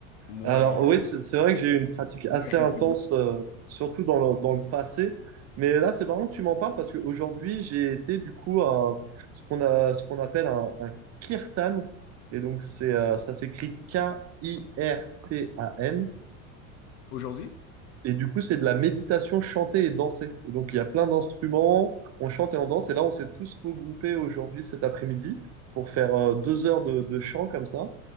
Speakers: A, on the left; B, on the right.
A: moins
B: Alors
A: euh,
B: oui, c'est c'est vrai que j'ai eu une pratique assez
A: moins régulier.
B: intense, euh, surtout dans le, dans le passé. Mais là, c'est marrant que tu m'en parles parce qu'aujourd'hui, j'ai été du coup à ce qu'on a, ce qu'on appelle un, un kirtan. Et donc, c'est, euh, ça s'écrit K-I-R-T-A-N.
A: Aujourd'hui?
B: Et du coup, c'est de la méditation chantée et dansée. Et donc, il y a plein d'instruments, on chante et on danse. Et là, on s'est tous regroupés aujourd'hui, cet après-midi, pour faire euh, deux heures de, de chant comme ça.